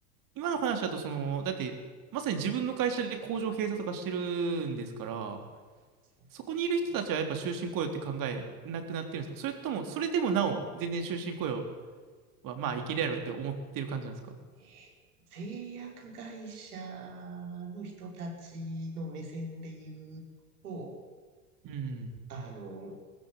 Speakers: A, on the right (about 45°); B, on the right (about 80°).
A: 今の話だとその、だってまさに自分の会社で工場閉鎖とかしてるんですから、
B: そうですそうです
A: そこにいる人たちはやっぱ終身雇用って考えなくなってるんですかそれとも、それでもなお全然終身雇用はまあいけるやろって思ってる感じなんですか
B: えー製薬会社の人たちの目線で言うと、
A: うん。
B: あの、